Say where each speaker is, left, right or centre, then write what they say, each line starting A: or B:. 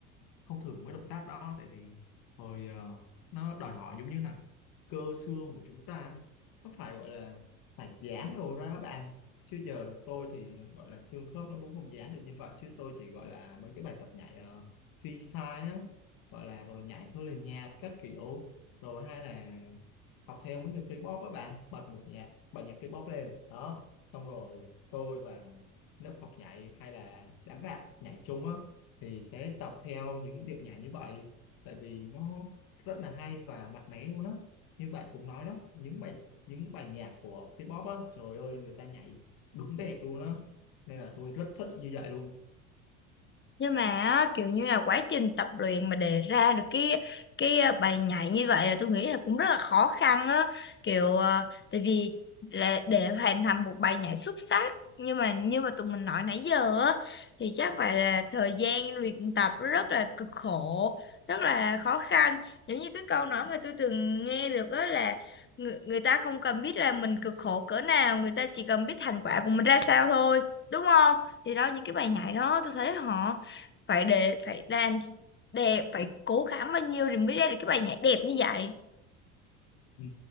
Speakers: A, on the left; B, on the left.
A: không thử mấy động tác đó tại vì hồi ờ, nó đòi hỏi giống như là cơ xương của chúng ta á, nó phải gọi là phải giãn đồ ra á bạn chứ giờ tôi thì gọi là xương khớp nó cũng không giãn được như vậy chứ tôi chỉ gọi là mấy cái bài tập nhảy uh, freestyle á gọi là rồi nhảy theo lời nhạc các kiểu rồi hay là học theo mấy người K-pop á bạn bật một nhạc bật nhạc K-pop lên đó xong rồi tôi và lớp học nhảy hay là đám bạn nhảy chung á thì sẽ tập theo những điệu nhảy như vậy tại vì nó rất là hay và mạnh mẽ luôn á như bạn cũng nói đó những bài những bài nhạc của K-pop á trời ơi người ta nhảy đúng đẹp luôn á nên là tôi rất thích như vậy luôn
B: nhưng mà á, kiểu như là quá trình tập luyện mà để ra được cái cái ờ, bài nhảy như vậy là tôi nghĩ là cũng rất là khó khăn á kiểu ờ, tại vì là để hoàn thành một bài nhảy xuất sắc nhưng mà như mà tụi mình nói nãy giờ á thì chắc phải là thời gian luyện tập rất là cực khổ rất là khó khăn giống như cái câu nói mà tôi từng nghe được á là người, người ta không cần biết là mình cực khổ cỡ nào người ta chỉ cần biết thành quả của mình ra sao thôi đúng không thì đó những cái bài nhảy đó tôi thấy họ phải để phải làm đẹp phải cố gắng bao nhiêu thì mới ra được cái bài nhảy đẹp như vậy
A: Ừ,